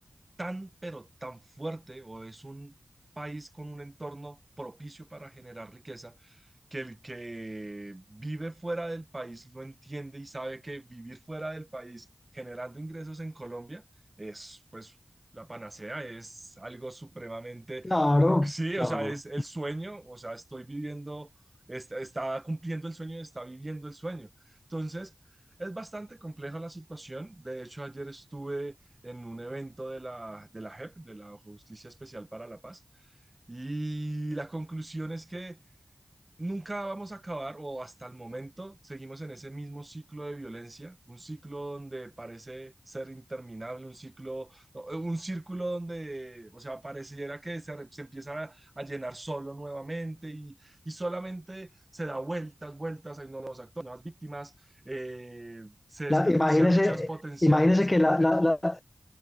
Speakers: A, on the right; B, on the left.
A: tan, pero tan fuerte o es un país con un entorno propicio para generar riqueza, que el que vive fuera del país lo entiende y sabe que vivir fuera del país generando ingresos en Colombia es pues la panacea, es algo supremamente,
B: Claro,
A: eh, sí,
B: claro.
A: o sea, es el sueño, o sea, estoy viviendo, está, está cumpliendo el sueño, está viviendo el sueño. Entonces, es bastante compleja la situación. De hecho, ayer estuve en un evento de la, de la JEP, de la Justicia Especial para la Paz. Y la conclusión es que nunca vamos a acabar, o hasta el momento seguimos en ese mismo ciclo de violencia, un ciclo donde parece ser interminable, un ciclo, no, un círculo donde, o sea, pareciera que se, se empieza a, a, llenar solo nuevamente y, y, solamente se da vueltas, vueltas, hay nuevos actores, nuevas víctimas, eh, se desperdician
B: La, imagínese,
A: muchas potenciales.
B: imagínese que la, la- la-